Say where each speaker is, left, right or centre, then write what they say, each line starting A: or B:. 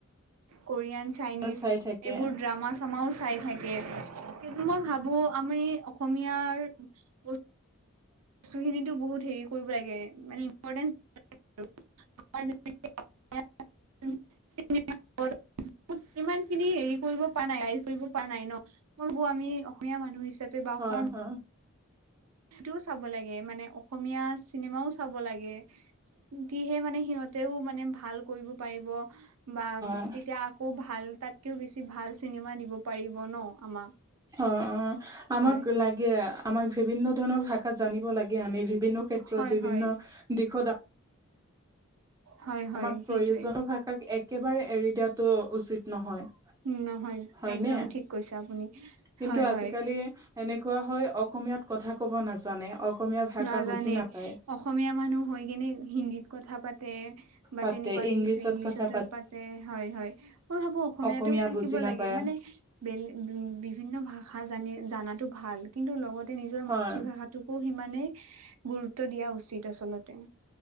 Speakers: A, on the right; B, on the right.
A: কোৰিয়ান চাইনিজ
B: চাই থাকে
A: এইবোৰ ড্ৰামা চামাও চাই থাকে সেইটো মই ভাবো আমাৰ এই অসমীয়াৰ্ বস্তু বস্তুখিনিতো বহুত হেৰি কৰিব লাগে মানে ইম্পৰ্টেঞ্চ <unintelligible> ইমান খিনি হেৰি কৰিব পৰা নাই ৰাইজ কৰিব পৰা নাই ন মই বৌ আমি অসমীয়া মানুহ চপে বখৰ
B: হয় হয়
A: সেইটোও চাব লাগে মানে অসমীয়া চিনেমাও চাব লাগে কিহে মানে সিহত মানে ভাল কৰিব পাৰিব বা
B: অ
A: তেতিয়া আকৌ ভাল তাত তাতকৃও বেছি ভাল চিনেমা দিব পাৰিব ন আমাক
B: অ অ আমাক
A: হয়
B: লাগে আমাক বিভিন্ন ধৰণৰ ভাষাত জানিব লাগে আমি বিভিন্ন ক্ষেত্ৰত
A: হয়
B: বিভিন্ন
A: হয়
B: দিশত
A: হয় হয়
B: আমাক
A: সেইটোৱে
B: প্ৰয়োজনীয় ভাষাক একেবাৰে এৰি দিয়াতটো উচিত নহয়
A: নহয়
B: হয়নে
A: একদম ঠিক কৈছে আপুনি
B: কিন্তু
A: হয় হয়
B: আজিকালি এনেকুৱা হয় অসমীয়াত কথা ক'ব নাজানে অসমীয়া ভাষা
A: নাজানে
B: বুজি নাপায়
A: অসমীয়া মানুহ হৈ কেনে হিন্দীত কথা পাতে বা
B: পাতে
A: তেনেকুৱা দেখিছো
B: ইংলিছত
A: ইংলিছতো
B: কথা
A: পাতে হয় হয় মই ভাবো অসমীয়াাতও
B: অসমীয়া
A: থাকিব
B: বুজি নাপায়
A: লাগে মানে ব উ বিভিন্ন ভাষা জান জানাতো ভাল কিন্তু লগতে নিজৰ
B: হয়
A: মাতৃভাষাটো সিমানেই গুৰুত্ব দিয়া উচিত আচলতে